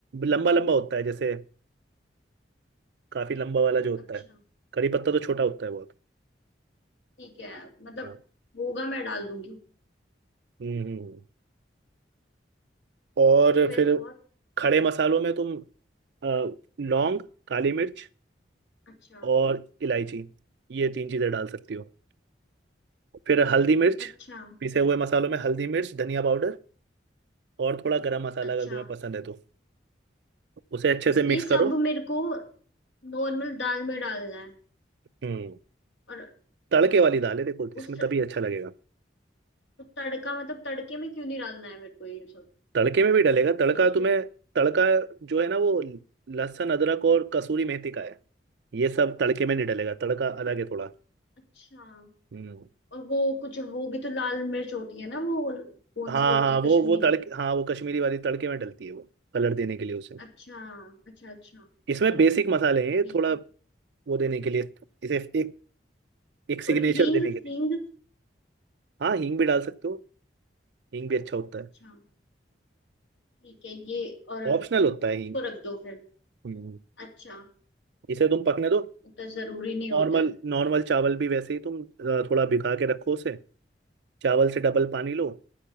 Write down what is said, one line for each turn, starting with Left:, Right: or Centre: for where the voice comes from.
Right: लंबा लंबा होता है जैसे काफी लंबा वाला जो होता
Left: अच्छा
Right: है कड़ी पत्ता तो छोटा होता है बहुत
Left: ठीक है मतलब
Right: हाँ
Left: होगा मैं डाल दूंगी
Right: हम्म हम्म, हम्म। और
Left: फिर
Right: फिर
Left: और
Right: खड़े मसालों में तुम अ, लौंग काली मिर्च
Left: अच्छा
Right: और इलायची ये तीन चीजें डाल सकती हो फिर हल्दी मिर्च
Left: अच्छा
Right: पिसे हुए मसालों में हल्दी मिर्च धनिया पाउडर और थोड़ा गरम मसाला
Left: अच्छा
Right: अगर तुम्हें पसंद है तो उसे अच्छे से मिक्स
Left: ये सब
Right: करो
Left: मेरे को नॉर्मल दाल में डालना है
Right: हम्म
Left: और
Right: तड़के वाली दाल है देखो
Left: उस
Right: इसमें तभी अच्छा लगेगा
Left: तड़का मतलब तड़के में क्यों नहीं डालना है मेरे को ये सब
Right: तड़के में भी डलेगा तड़का
Left: वो तो
Right: तुम्हें
Left: फिर
Right: तड़का जो है ना वो लहसुन अदरक और कसूरी मेथी का है ये सब तड़के में नहीं डलेगा तड़का अलग है थोड़ा
Left: अच्छा
Right: हम्म
Left: और वो कुछ वो भी तो लाल मिर्च होती है ना वो कौन
Right: हाँ
Left: सी होती
Right: हाँ
Left: है
Right: वो
Left: कश्मीरी
Right: वो तड़के हाँ वो कश्मीरी वाली तड़के में डलती है वो कलर देने के लिए उसे
Left: अच्छा अच्छा अच्छा
Right: इसमें बेसिक मसाले हैं ये
Left: ठीक
Right: थोड़ा
Left: है
Right: वो देने के लिए इसे एक एक सिग्नेचर
Left: और हींग
Right: देने के लिए
Left: हींग
Right: हाँ हींग भी डाल सकते हो हींग भी अच्छा होता है
Left: अच्छा ठीक है ये और
Right: ऑप्शनल होता है हींग
Left: को रख दो फिर
Right: हम्म।
Left: अच्छा
Right: इसे तुम पकने दो
Left: मतलब जरूरी नहीं
Right: नॉर्मल
Left: होता है
Right: नॉर्मल चावल भी वैसे ही तुम अ, थोड़ा भिगा के रखो उसे चावल से डबल पानी लो